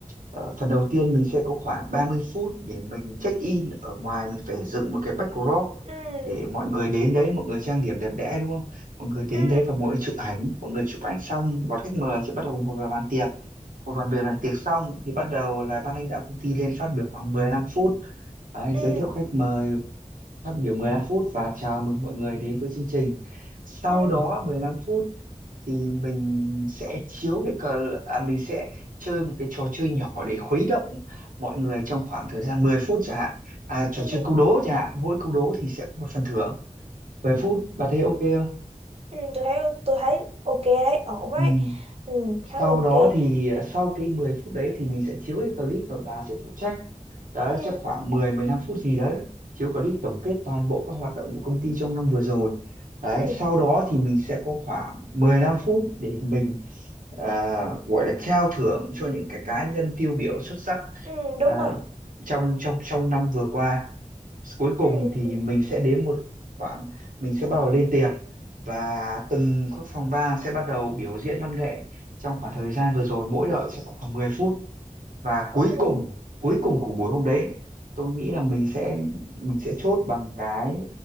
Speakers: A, on the right (about 85°); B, on the right (about 50°).
A: ờ, phần đầu tiên mình sẽ có khoảng 30 phút để mình check in ở ngoài mình phải dựng một cái backdrop
B: ừ
A: để mọi người đến đấy mọi người trang điểm đẹp đẽ đúng không mọi người đến
B: ừ
A: đấy và mọi người chụp ảnh mọi người chụp ảnh xong đón khách mời sẽ bắt đầu ngồi vào bàn tiệc ngồi vào bàn tiệc xong thì bắt đầu là ban lãnh đạo công ty lên phát biểu khoảng 15 phút Đấy,
B: ừ
A: giới thiệu khách mời phát biểu 15 phút và chào mừng mọi người đến với chương trình. Sau
B: ừ
A: đó 15 phút thì mình sẽ chiếu cái cờ à, mình sẽ chơi một cái trò chơi nhỏ để khuấy động mọi người trong khoảng thời gian 10 phút chẳng hạn. À trò
B: ừ
A: chơi câu đố chẳng hạn, mỗi câu đố thì sẽ có một phần thưởng. 10 phút, bà thấy ok không?
B: Ừ, tôi thấy tôi thấy ok đấy ổn đấy
A: Ừ.
B: ừ,
A: sau
B: khá là ok
A: đó thì à, sau cái 10 phút đấy thì mình sẽ chiếu cái clip và bà sẽ phụ trách đấy
B: ừ,
A: chắc khoảng 10 15 phút gì đấy chiếu clip tổng kết toàn bộ các hoạt động của công ty trong năm vừa rồi đấy
B: ừ,
A: sau đó thì mình sẽ có khoảng 15 phút để mình à, gọi là trao thưởng cho những cái cá nhân tiêu biểu xuất sắc
B: ừ, đúng
A: à,
B: rồi
A: trong trong trong năm vừa qua cuối cùng
B: ừ,
A: thì
B: ừ,
A: mình sẽ đến một khoảng mình sẽ bắt đầu lên tiệc và từng các phòng ban sẽ bắt đầu biểu diễn văn nghệ trong khoảng thời gian vừa rồi mỗi đội sẽ có khoảng mười phút và cuối
B: ừ.
A: cùng cuối cùng của buổi hôm đấy tôi nghĩ là mình sẽ mình sẽ chốt bằng cái